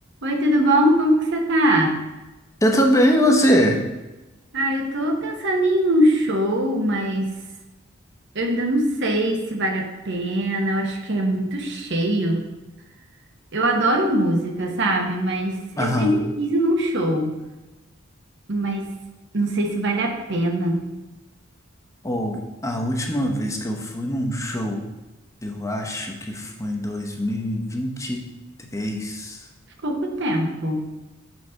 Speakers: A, on the right; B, on the left.
A: Oi, tudo bom? Como que você tá?
B: Eu tô bem, e você?
A: Ah, eu tô pensando em ir num show, mas eu ainda não sei se vale a pena. Eu acho que é muito cheio. Eu adoro música, sabe? Mas eu
B: Aham.
A: sempre quis ir num show, mas não sei se vale a pena.
B: Ou a última vez que eu fui num show, eu acho que foi em 2023.
A: Pouco tempo.